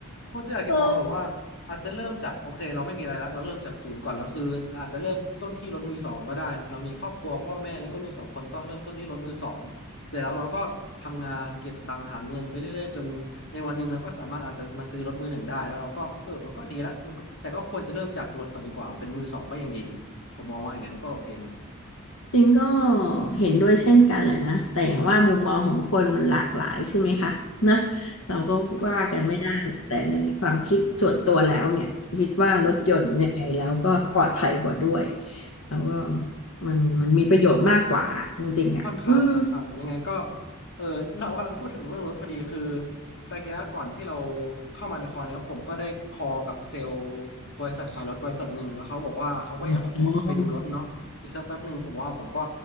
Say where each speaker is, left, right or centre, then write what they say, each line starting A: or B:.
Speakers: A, on the left (about 60°); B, on the left (about 75°).
A: คงจะอยากเก็บออมแบบว่าอาจจะเริ่มจากโอเคเราไม่มีอะไรแล้วเราเริ่มจากศูนย์ก่อนแล้วคืออาจจะเริ่มต้นที่รถมือสองก็ได้เรามีครอบครัวพ่อแม่แล้วก็ลูกสองคนก็เริ่มต้นที่รถมือสองเสร็จแล้วเราก็ทำงานเก็บตังค์หาเงินไปเรื่อยๆจนในวันหนึ่งเราก็สามารถอาจจะมาซื้อรถมือหนึ่งได้แล้วเราก็เออมันก็ดีละมันก็แต่ก็ควรจะเริ่มจากรถก่อนดีกว่าเป็นมือสองก็ยังดี
B: เออ
A: ผมมองว่าอย่างนั้นนะก็โอเคนะ
B: จริงก็เห็นด้วยเช่นกันแหละนะแต่อย่างว่ามุมมองของคนมันหลากหลายใช่ไหมคะนะเราก็ว่ากันไม่ได้นะแต่ในความคิดส่วนตัวแล้วเนี่ยคิดว่ารถยนต์ยังไงแล้วก็ปลอดภัยกว่าด้วย
A: ใช่ใช่ใช่
B: แล้วก็มันมันมีประโยชน์มากกว่าจริงๆอ่ะอืม
A: ค่อนข้างค่อนข้างยังไงก็เออเรากำลังพูดถึงเรื่องรถพอดีคือตะเกี้ก่อนที่เราเข้ามาในคอร์เนี่ยผมก็ได้คอกับเซลล์บริษัทขายรถบริษัทหนึ่งแล้วเขาบอกว่าเขาก็อยากให้ผมไปดูรถเนาะอีกสักแป๊บหนึ่งผมว่าผมก็
B: อ๋อ